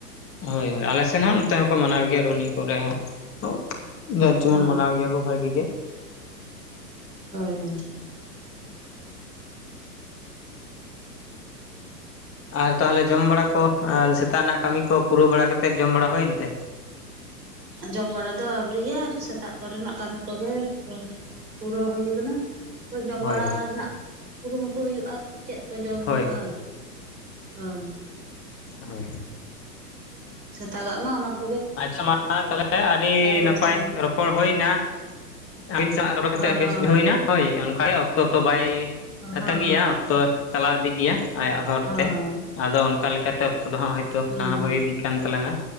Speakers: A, on the left; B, on the right.
A: ᱦᱳᱭ ᱦᱳᱭ ᱟᱞᱮ ᱥᱮᱱ ᱦᱚᱸ ᱱᱚᱛᱮ ᱦᱚᱸᱠᱚ ᱢᱟᱱᱟᱣ ᱜᱮᱭᱟ ᱨᱩᱱᱦᱤ ᱠᱚᱨᱮ ᱦᱚᱸ ᱾ ᱡᱟ ᱡᱮᱢᱚᱱ
B: ᱚ
A: ᱢᱟᱱᱟᱣ ᱜᱮᱭᱟ ᱠᱚ ᱵᱷᱟᱹᱜᱤ ᱜᱮ ᱾
B: ᱦᱳᱭ ᱦᱳᱭ ᱾
A: ᱟᱨ ᱛᱟᱦᱚᱞᱮ ᱡᱚᱢ ᱵᱟᱲᱟ ᱠᱚ, ᱥᱮᱛᱟᱜ ᱨᱮᱱᱟᱜ ᱠᱟᱹᱢᱤ ᱠᱚ ᱯᱩᱨᱟᱹᱣ ᱵᱟᱲᱟ ᱠᱟᱛᱮᱫ ᱡᱚᱢ ᱵᱟᱲᱟ ᱦᱩᱭᱮᱱ ᱛᱮ?
B: ᱡᱚᱢ ᱵᱟᱲᱟ ᱫᱚ ᱟᱹᱣᱨᱤᱭᱟ ᱥᱮᱛᱟᱜ ᱠᱚᱨᱮᱱᱟᱜ ᱠᱟᱹᱢᱤ ᱠᱚᱜᱮ ᱯᱩᱨᱟᱹᱣ ᱦᱩᱭ ᱟᱠᱟᱱᱟ᱾ ᱡᱚᱢ
A: ᱦᱳᱭ
B: ᱵᱟᱲᱟ ᱨᱮᱱᱟᱜ ᱠᱩᱨᱩᱢᱩᱴᱩ ᱦᱩᱭᱩᱜᱼᱟ ᱾ ᱪᱮᱫ ᱠᱚ ᱡᱚᱢ ᱦᱩᱭᱩᱜᱼᱟ
A: ᱦᱳᱭ
B: ᱟᱨᱠᱤ ᱦᱳᱭ ᱾
A: ᱦᱳᱭ ᱾
B: ᱥᱮᱛᱟᱜᱟᱜ ᱢᱟ ᱚᱱᱟ ᱠᱚ
A: ᱟᱪᱷᱟ ᱢᱟ ᱛᱟᱦᱚᱞᱮ ᱟᱹᱰᱤ
B: ᱵᱟᱥᱟᱝ
A: ᱱᱟᱯᱟᱭ ᱨᱚᱯᱚᱲ ᱦᱩᱭ ᱮᱱᱟ᱾ ᱟᱹᱵᱤᱱ ᱥᱟᱶ ᱨᱚᱯᱚᱲ ᱠᱟᱛᱮᱫ
B: ᱚ
A: ᱵᱮᱥ
B: ᱦᱚᱸ
A: ᱵᱩᱡᱷᱟᱹᱣᱮᱱᱟ ᱦᱳᱭ ᱚᱱᱠᱟᱜᱮ ᱚᱠᱛᱚ ᱛᱚ ᱵᱟᱭ
B: ᱦᱚᱸ ᱦᱚᱸ
A: ᱛᱟᱺᱜᱤᱭᱟ ᱚᱠᱛᱚ ᱪᱟᱞᱟᱣ ᱤᱫᱤᱜ ᱜᱮᱭᱟ᱾ ᱟᱭᱟᱜ ᱦᱚᱨ
B: ᱦᱚᱸ
A: ᱛᱮ
B: ᱦᱚᱸ
A: ᱟᱫᱚ ᱚᱱᱠᱟ ᱞᱮᱠᱟᱛᱮ ᱚᱠᱛᱚ ᱫᱚ ᱦᱟᱸᱜ ᱦᱭᱛᱚ
B: ᱦᱩᱸ ᱦᱩᱸ
A: ᱦᱚᱭ ᱤᱫᱤᱜ ᱠᱟᱱ ᱛᱟᱞᱟᱝᱟ᱾